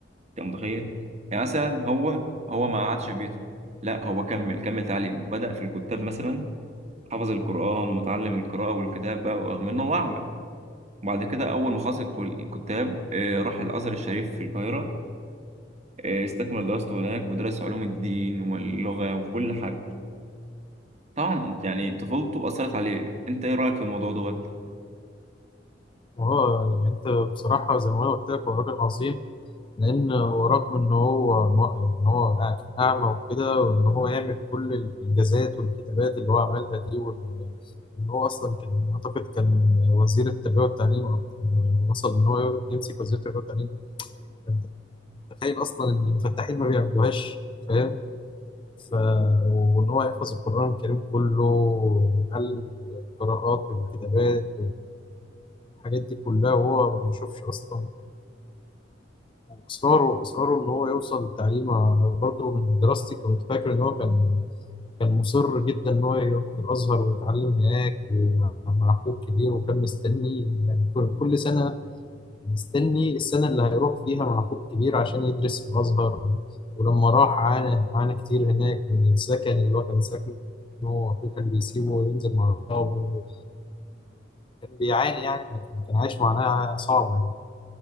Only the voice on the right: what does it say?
انت متخيل يعني مثلا هو هو ما قعدش في بيته لا هو كمل كمل تعليمه بدأ في الكتاب مثلا حفظ القرآن وتعلم القراءة والكتابة ورغم انه هو أعمى بعد كده أول ما خلص الكل- الكتاب آه، راح الأزهر الشريف في القاهرة آه، استكمل دراسته هناك ودرس علوم الدين واللغة وكل حاجة طبعا يعني طفولته أثرت عليه انت ايه رأيك في الموضوع دوت